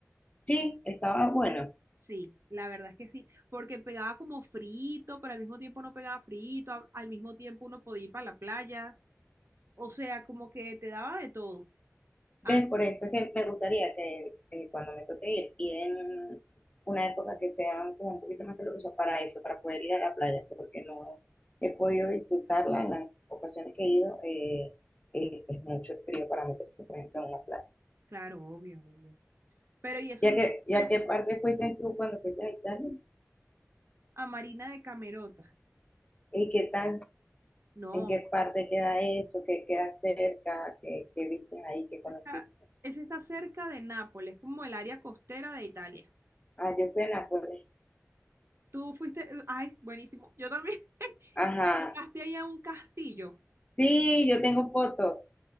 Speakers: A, on the left; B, on the right.
A: Sí, estaba bueno.
B: Sí, la verdad es que sí, porque pegaba como frito, pero al mismo tiempo no pegaba frito, a- al mismo tiempo uno podía ir para la playa, o sea, como que te daba de todo.
A: ¿Ves?
B: Había-
A: Por eso es que me gustaría que eh, cuando me toque ir, ir en una época que sea como un poquito más calurosa para eso, para poder ir a la playa, porque no he podido disfrutarla en las ocasiones que he ido. Eh, eh, es mucho frío para meterse, por ejemplo, en una playa.
B: claro, obvio, obvio. Pero y eso
A: ¿Y a
B: no
A: qué, y
B: a,
A: a
B: los-
A: qué parte fuiste tú cuando fuiste a Italia?
B: a Marina de Camerota,
A: ¿Y qué tal?
B: no,
A: ¿En qué parte queda eso? ¿Qué queda cerca? ¿Qué, qué viste ahí? ¿Qué conociste?
B: esa esa está cerca de Nápoles, como el área costera de Italia.
A: Ah, yo fui a Nápoles.
B: Tú fuiste, ay, buenísimo. Yo también <laughs>
A: Ajá.
B: llegaste ahí a un castillo.
A: Sí, yo tengo fotos.